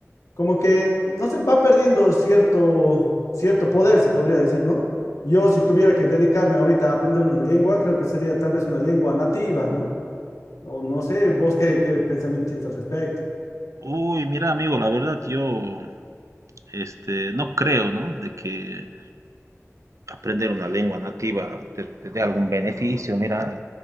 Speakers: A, on the left (about 80°); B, on the right (about 70°).
A: como que, no sé, va perdiendo cierto, cierto poder, se podría decir, ¿no? Yo si tuviera que dedicarme ahorita a aprender una lengua, creo que sería tal vez una lengua nativa, ¿no? O no sé, vos qué, qué pensamiento tienes al respecto.
B: Uy, mira amigo, la verdad yo, este, no creo, ¿no? De que aprender una lengua nativa te, te dé algún beneficio, mira,